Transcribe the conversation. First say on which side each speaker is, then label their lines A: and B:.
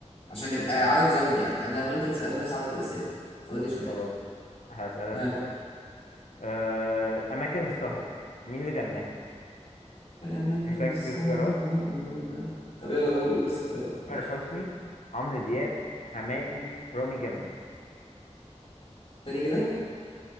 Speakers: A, on the left; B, on the left.
A: عشان نبقى
B: ماشي
A: عدد زوجي يعني انا وانت تسألنا نفس عدد الأسئلة فاضلي سؤال
B: خلاص هسألك
A: ها
B: سؤال آه... أماكن السهر مين اللي غناها؟
A: في اماكن
B: محتاج
A: السهرة
B: اختيارات
A: طب يلا قول قول بس اختيارات ماشي
B: تامر حسني عمرو دياب حماقي رامي جمال
A: تاني كده